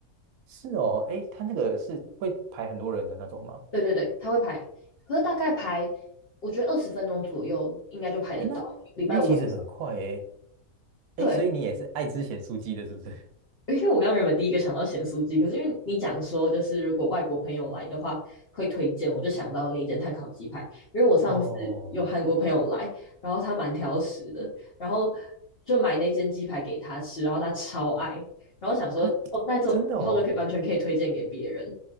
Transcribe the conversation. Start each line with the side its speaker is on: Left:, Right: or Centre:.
Right: 是哦，哎，他那个是会排很多人的那种吗？
Left: 对对对，它会排，可是大概排我觉得二十分钟左右应该就排得到，
Right: 哎，那那其实很快哎，
Left: 礼拜五晚上。对，
Right: 哎，所以你也是爱吃咸酥鸡的，是不是？
Left: 因为我刚刚原本第一个想到咸酥鸡，可是因为你讲说就是如果外国朋友来的话会推荐，我就想到那间碳烤鸡排。因为我上次有韩国朋友来，
Right: <laughs> 哦，
Left: 然后他蛮挑食的，然后就买那间鸡排给他吃，然后他超爱，然后想说哦，
Right: 他真的哦，
Left: 那就以后就可以完全可以推荐给别人。